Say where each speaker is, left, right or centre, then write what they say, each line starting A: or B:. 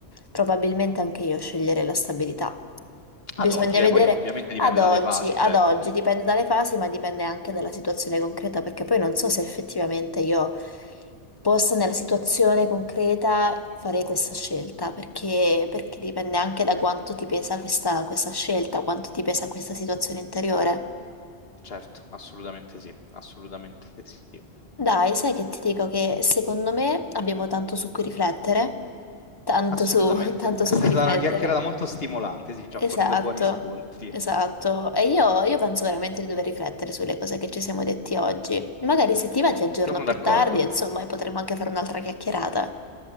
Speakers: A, on the left; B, on the left.
A: probabilmente anche io sceglierei la stabilità. Bisogna
B: Ad oggi, eh,
A: vedere
B: poi ovviamente dipende
A: ad oggi,
B: dalle fasi,
A: ad
B: certo.
A: oggi, dipende dalle fasi, ma dipende anche dalla situazione concreta, perché poi non so se effettivamente io possa nella situazione concreta fare questa scelta, perché, perché dipende anche da quanto ti pesa questa, questa scelta, quanto ti pesa questa situazione interiore.
B: Certo, assolutamente sì, assolutamente sì.
A: Dai, sai che ti dico che secondo me abbiamo tanto su cui riflettere. Tanto
B: Assolutamente.
A: su, <laughs> tanto
B: <laughs> È
A: su
B: stata
A: cui riflettere.
B: una chiacchierata molto stimolante, sì, ci
A: Esatto,
B: ha fornito buoni spunti.
A: esatto. E io, io penso veramente di dover riflettere sulle cose che ci siamo detti oggi. Magari se ti va ti aggiorno
B: Sono
A: più
B: d'accordo.
A: tardi, insomma, e potremmo anche fare un'altra chiacchierata.